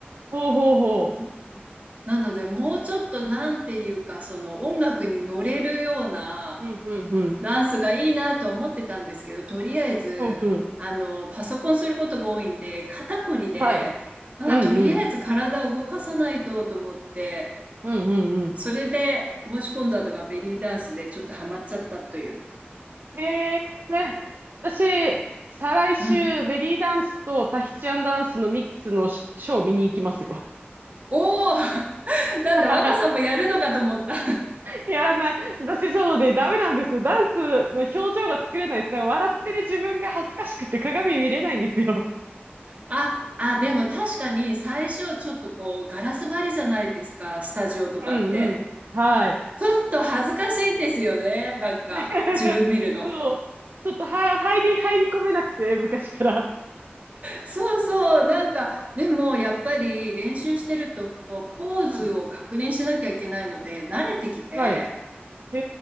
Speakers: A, on the right; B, on the right.
A: ほうほうほう。
B: うんなので、もうちょっとなんていうか、その音楽に乗れるような、
A: うん、うん、うん。
B: ダンスがいいなとは思ってたんですけど、とりあえず、
A: うん、うん。
B: あの、パソコンすることが多いんで、肩こりで、
A: はい。
B: あ、
A: うん、
B: とりあえず体を動かさないとと思って、
A: うん。うん、うん、うん。
B: それで申し込んだのがベリーダンスでちょっとハマっちゃったという。
A: へえ、ね。私、再来週、
B: うん。
A: ベリーダンスとタヒチアンダンスのミックスのシショー見に行きますよ。
B: おお <laughs>
A: <laughs>
B: なんだ、若さんもやるのかと思った。
A: やらない。私、そうで、ダメなんですよ。ダンスの表情が作れないです。なんか笑ってる自分が恥ずかしくて鏡見れないんですよ。
B: あ、あ、でも確かに最初ちょっとこうガラス張りじゃないですか、スタジオとかって。
A: うんうん。はい。
B: ちょっと恥ずかしいんですよね、なんか自分見るの。
A: <laughs> そう。ちょっとは、入り、入り込めなくて、昔から。
B: そうそう、なんか、でもやっぱり練習してると、ポーズを確認しなきゃいけないので、
A: うん。
B: 慣れてきて、
A: はい。へ